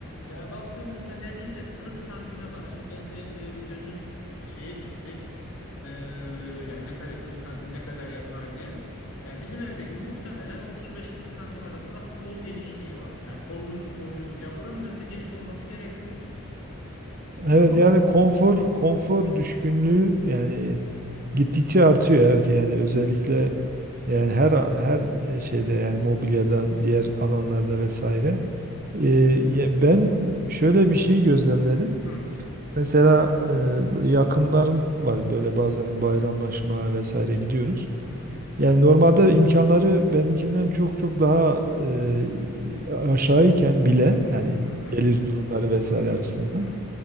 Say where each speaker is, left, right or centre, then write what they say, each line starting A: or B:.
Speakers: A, on the left; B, on the right.
A: yani baktığınızda neredeyse 40 santime var. Şimdi ben el, e, gözüm şeye gitti. E, yani ne kadar 40 santim ne kadar yapar diye. Yani bizim evdeki muhtemelen 35-40 santim arasında kol genişliği var. Yani kolunuzu koyduğunuz. Yani buranın mesela geniş olması gerekmiyor.
B: Evet
A: Ama
B: yani konfor konfor düşkünlüğü yani Gittikçe artıyor evet yani özellikle yani her her şeyde yani mobilyada diğer alanlarda vesaire. Ee, ya ben şöyle bir şey gözlemledim.
A: Hı.
B: Mesela e, böyle yakınlarım var böyle bazen bayramlaşma vesaire gidiyoruz.
A: Hı hı,
B: Yani normalde imkanları benimkinden çok çok daha e, aşağıyken bile
A: hı hı,
B: yani
A: hı hı,
B: gelir durumları vesaire
A: hı hı,
B: açısından
A: hı hı.